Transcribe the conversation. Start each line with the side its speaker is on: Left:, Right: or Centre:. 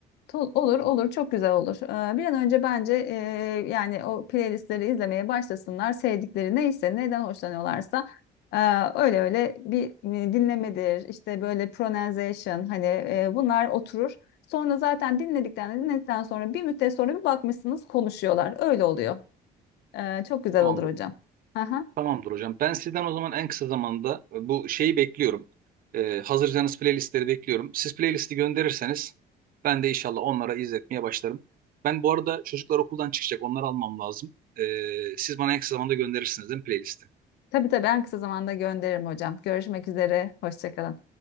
Left: Tol- Olur olur çok güzel olur. Ee, Bir an önce bence e, yani o playlistleri izlemeye başlasınlar. Sevdikleri neyse neden hoşlanıyorlarsa e, öyle öyle bir e, dinlemedir işte böyle pronunciation hani e, bunlar oturur. Sonra zaten dinledikten dinledikten sonra bir müddet sonra bir bakmışsınız konuşuyorlar. Öyle oluyor. Ee, Çok güzel
Right: Tamamdır.
Left: olur hocam. Aha.
Right: Tamamdır hocam. Ben sizden o zaman en kısa zamanda e, bu şeyi bekliyorum. Ee, hazırsanız playlistleri bekliyorum. Siz playlisti gönderirseniz ben de inşallah onlara izletmeye başlarım. Ben bu arada çocuklar okuldan çıkacak. Onları almam lazım. Ee, siz bana en kısa zamanda gönderirsiniz değil mi playlisti?
Left: Tabii tabii en kısa zamanda gönderirim hocam. Görüşmek üzere. Hoşça kalın.